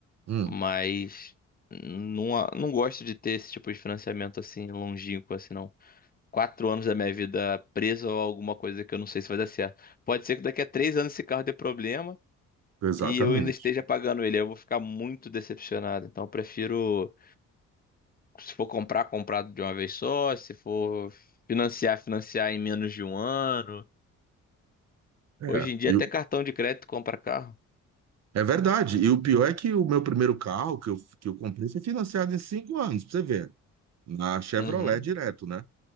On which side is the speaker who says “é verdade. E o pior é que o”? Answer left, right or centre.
Right